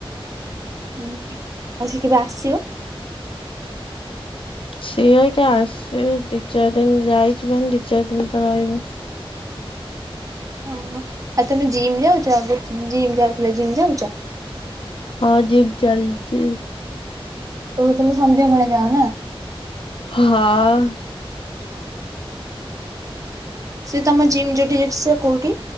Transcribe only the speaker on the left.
ସିଏ ରହିକା ଆସିବ ଦି ଚାରି ଦିନ ଯାଇଛି ମାନେ ଦି ଚାରି ଦିନ ତ ରହିବ।
ହଁ ଜିମ୍ ଚାଲଛି।
ହଁ।